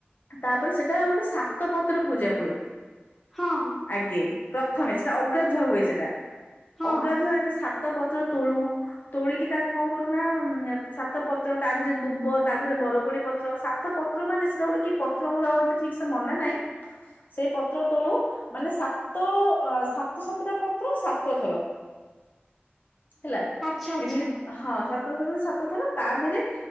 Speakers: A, on the left; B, in the centre.
A: ତାପରେ ସେଟା ଗୋଟେ ସାତ ପତ୍ର ପୂଜା ହୁଏ
B: ହଁ
A: ଆଗେ। ପ୍ରଥମେ ସେଟା ଅଗାଧୁଆ ହୁଏ ସେଟା
B: ହଁ
A: ଅଗାଧୁଆ ରେ ସାତ ପତ୍ର ତୋଳୁ। ତୋଳିକି ତାକୁ କଣ କରୁନା ଉଁ ସାତ ପତ୍ର ତା ଦେହରେ ଦୁବ ତା ଦେହରେ ବରକୋଳି ପତ୍ର ସାତ। ପତ୍ର ମାନେ ସେଟା ଗୋଟେ କି ପତ୍ର ମୋର ଆଉ ଏତେ ଠିକ ସେ ମନେ ନାହିଁ। ସେଇ ପତ୍ର ତୋଳୁ ମାନେ ସାତ ସାତ ସାତଟା ପତ୍ର ସାତ ଥର। ହେଲା
B: ଆଚ୍ଛା ଆଚ୍ଛା
A: ଏମିତି ହଁ ସାତ <unintelligible> ସାତ। ତାପରେ